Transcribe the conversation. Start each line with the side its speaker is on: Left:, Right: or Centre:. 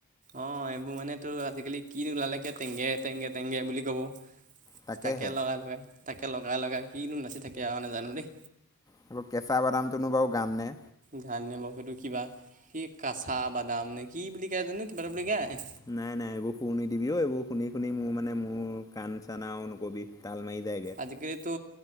Right: অ, এইবোৰ মানে তোৰ আজিকালি কি নুলালে একে টেংগে -টেংগে টঙগে বুলি কব।
Left: তাকেহে
Right: তাকে লগাই লগাই - তাকে লগাই লগাই কিনো নাচি থাকে আৱ নাজানো দেই।
Left: সেইবোৰ কেঁচা বাদাম তোনো বাৰু গান নে?
Right: গান নে বাৰু সেইটো কিবা কি কাচা বাদাম নে কি বুলি কয় জানো কিবা এটা বুলি গায়।
Left: নাই -নাই এইবোৰ শুৰ নিদিবিও এইবোৰ শুনি -শুনি মোৰ মানে মোৰ কাণ চান আৰু নকবি তাল মাৰি যায়গে।
Right: আজিকালিতো